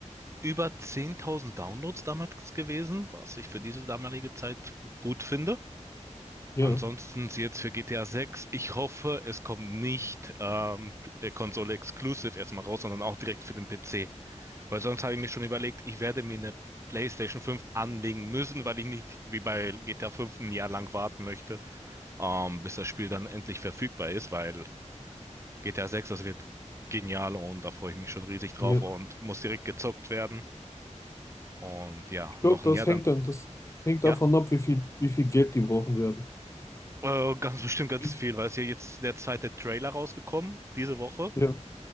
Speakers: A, on the right (about 20°); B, on the left (about 25°).
A: über 10.000 Downloads damals gewesen, was ich für diese damalige Zeit gut finde.
B: ja,
A: Ansonsten jetzt für GTA 6, ich hoffe, es kommt nicht ähm, Konsole exclusive erstmal raus, sondern auch direkt für den PC. Weil sonst habe ich mir schon überlegt, ich werde mir eine PlayStation fünf anlegen müssen, weil ich nicht wie bei GTA 5 ein Jahr lang warten möchte, ähm, bis das Spiel dann endlich verfügbar ist, weil GTA sechs, das wird genial und da freue ich mich schon riesig drauf
B: ja.
A: und muss direkt gezockt werden. Und ja,
B: Ich glaube,
A: noch
B: das
A: ein Jahr dann,
B: hängt dann, das hängt davon
A: ja,
B: ab, wie viel, wie viel Geld die brauchen werden.
A: äh, ganz bestimmt ganz
B: Wie, viel-
A: viel, weil es ja jetzt der zweite Trailer rausgekommen diese Woche
B: ja,